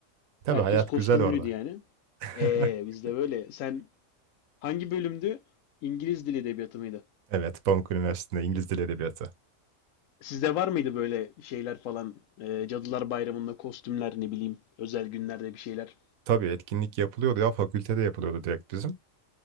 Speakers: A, on the right (about 90°); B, on the left (about 75°).
A: Tabii
B: herkes
A: hayat
B: kostümlüydü
A: güzel orada.
B: yani.
A: <laughs>
B: Ee, biz de böyle. Sen hangi bölümdü? İngiliz Dili Edebiyatı mıydı?
A: Evet, Pamuk Üniversitesi'nde İngiliz Dili Edebiyatı.
B: Sizde var mıydı böyle şeyler falan? Ee, Cadılar Bayramı'nda kostümler ne bileyim özel günlerde bir şeyler.
A: Tabii etkinlik yapılıyordu ya fakültede yapılıyordu direkt bizim.